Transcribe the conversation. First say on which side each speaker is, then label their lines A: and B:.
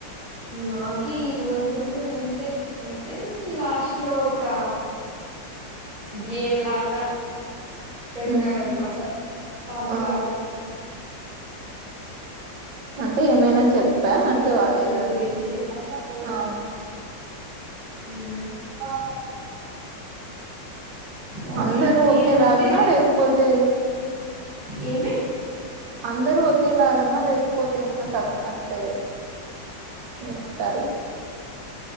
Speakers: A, on the right; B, on the right.
A: నాకి ఈ రోజు అంతే అంటే లాస్ట్ లో ఒక గేమ్ లాగా పెట్నారనమాట
B: అంతే
A: అట్లాగా
B: ఆ అంటే ఏమైనా
A: అది
B: చెప్పా
A: కూడా
B: అంటే
A: చదువు
B: ఏదన్నా
A: గురించే
B: అ
A: హ్మ్
B: ఆ
A: పగల
B: అందరూ ఒకేలాగానా
A: ఏమంటే
B: లేకపోతే
A: ఏమి?
B: అందరూ ఒకేలాగనా లేకపోతే ఎమన్నా సబ్ అంటే ఏమంటారు?